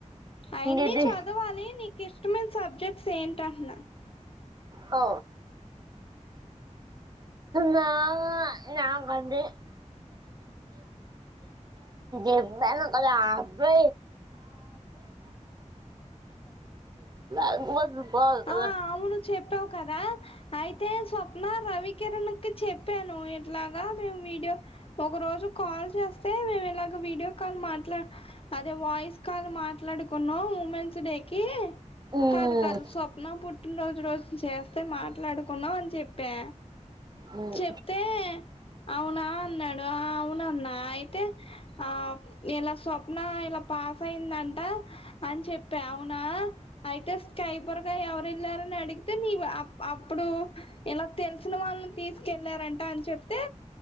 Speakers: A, on the left (about 50°); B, on the right (about 35°).
A: అయన్ని
B: ఇది
A: చదవాలి నీకు ఇష్ట ఇక్కడ నా సబ్జెక్ట్స్ ఏంటి అంటన్నా
B: ఓ నా నా వద్దు అబ్బో అబ్బో. వదు బాగు కదా
A: ఆ అవును చెప్పావు కదా అయితే స్వప్న రవికిిరణ్ కు చెప్పాను ఎట్లాగా మేము వీడియో ఒక రోజు కాల్ చేస్తే మేము ఇలాగో వీడియో కాల్ మాట్లాడు అదే వాయిస్ కాల్ మాట్లాడుకున్నాం ఉమెన్స్ డే కి
B: మ్మ్.
A: కాదు కాదు స్వప్నం పుట్టిన రోజు రోజు చేస్తా కే మాట్లాడుకున్నావు అని చెప్పా
B: మ్మ్.
A: చెప్తే అవునా అన్నాడు అవున అన్నా అయితే ఆ ఇలా స్వప్న ఇలా పాస్ అయిందంట అని చెప్పా అవునా అయితే కైబుర్గా ఎవరు వెళ్లారని అడిగితే నీవు అ అప్పుడు ఇలా తెలిసిన వాళ్ళని తీసుకెళ్ళారంట అని చెప్తే